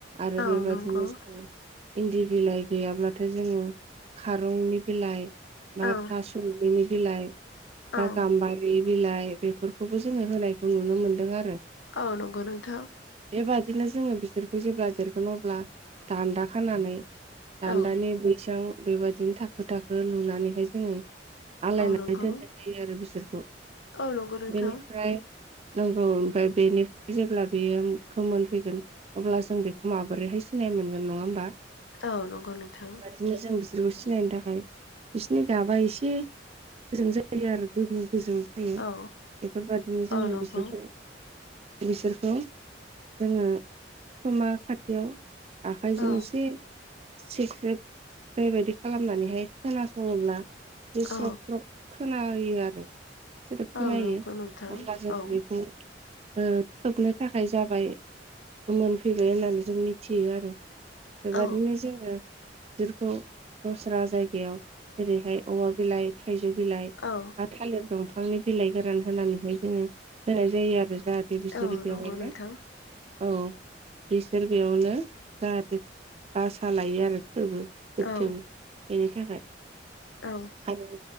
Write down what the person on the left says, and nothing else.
औ
नंगौ
औ
औ
औ नंगौ नोंथां
औ
औ नंगौ
औ नंगौ नोंथां
औ नंगौ नोंथां
औ
औ नंगौ
औ
औ
औ
नंगौ नोंथां
औ
औ
औ
औ नंगौ
नोंथां
औ
औ